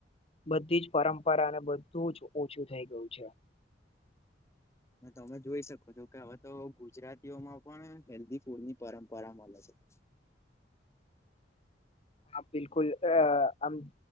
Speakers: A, on the left; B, on the left.
A: બધી જ પરંપરાને બધું જ ઓછું થઈ ગયું છે
B: તમે જોઈ શકો છો કે હવે તો ગુજરાતીઓમાં પણ હેલ્ધી ફૂડ ની પરંપરા મલે છે <inaudible>
A: હા બિલકુલ અ આમ